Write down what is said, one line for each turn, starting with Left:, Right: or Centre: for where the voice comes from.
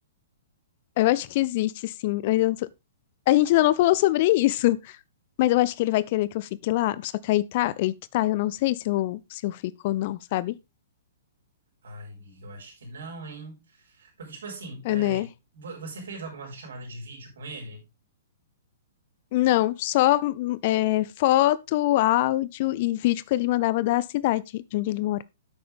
Left: Eu acho que existe, sim. mas eu não sou- A gente ainda não falou sobre isso. Mas eu acho que ele vai querer que eu fique lá. Só que aí tá, aí que tá, eu não sei se eu, se eu fico ou não, sabe?
Right: Ai, amiga, eu acho que não, hein? Porque, tipo assim,
Left: É,
Right: é,
Left: né?
Right: vo- você fez alguma chamada de vídeo com ele?
Left: Não, só hum, é, foto, áudio e vídeo que ele mandava da cidade de onde ele mora.